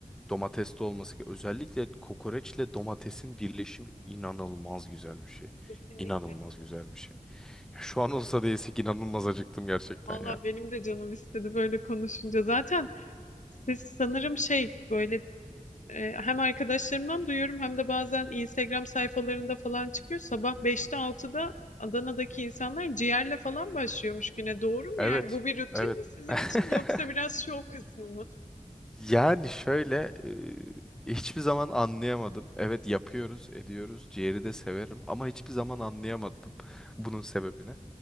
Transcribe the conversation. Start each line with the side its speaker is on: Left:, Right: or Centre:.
Centre: domates de olması gerekiyor. Özellikle kokoreçle domatesin birleşimi inanılmaz güzel bir şey.
Left: Kesinlikle.
Centre: İnanılmaz
Left: evet.
Centre: güzel bir şey. Ya şu an olsa da yesek inanılmaz acıktım gerçekten
Left: Valla
Centre: ya.
Left: benim de canım istedi böyle konuşunca. Zaten siz sanırım şey böyle e, hem arkadaşlarımdan duyuyorum hem de bazen Instagram sayfalarında falan çıkıyor. Sabah beşte altıda Adana'daki insanlar ciğerle falan başlıyormuş güne. Doğru mu
Centre: Evet,
Left: yani? Bu bir rutin
Centre: evet.
Left: mi sizin
Centre: <laughs>
Left: için yoksa biraz şov kısmı mı?
Centre: Yani şöyle e, hiçbir zaman anlayamadım. Evet yapıyoruz, ediyoruz. Ciğeri de severim ama hiçbir zaman anlayamadım bunun sebebini.